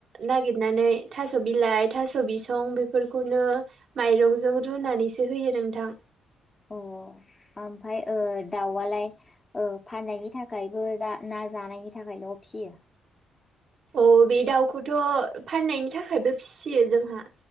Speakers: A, on the right; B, on the left.
A: नागिरनानै थास' बिलाइ थास' बिसं बेफोरखौ खौनो माइरंजों रुनानैसो होयो नोंथां
B: अ आमफाय ओ‌ दाउआलाय फाननायनि थाखायबो दा ना जानायनि थाखायल' फियो
A: औ बे दाउखौथ' फाननायनि थाखायबो फिसियो जोंहा